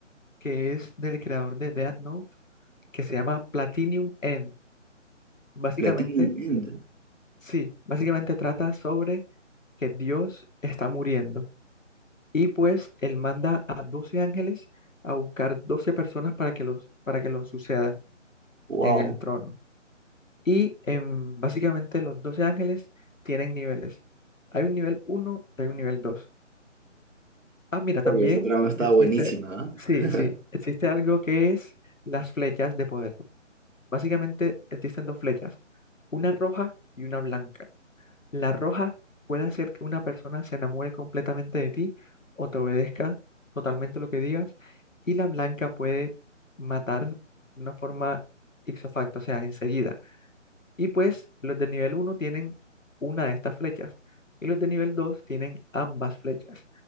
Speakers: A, on the left; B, on the right.
A: que es del creador de Death Note que se llama Platinum End. Básicamente,
B: Platinum End.
A: sí, básicamente trata sobre que Dios está muriendo. Y pues él manda a 12 ángeles a buscar 12 personas para que los, para que los sucedan
B: Wow.
A: en el trono. Y em, básicamente los 12 ángeles tienen niveles. Hay un nivel uno hay un nivel dos Ah, mira,
B: Oye,
A: también
B: esa trama estaba
A: existe,
B: buenísima,
A: sí,
B: ¿ah? <laughs>
A: sí, existe algo que es las flechas de poder. Básicamente existen dos flechas, una roja y una blanca. La roja puede hacer que una persona se enamore completamente de ti o te obedezca totalmente lo que digas. Y la blanca puede matar de una forma ipso facto, o sea, enseguida. Y pues los de nivel uno tienen una de estas flechas y los de nivel 2 tienen ambas flechas.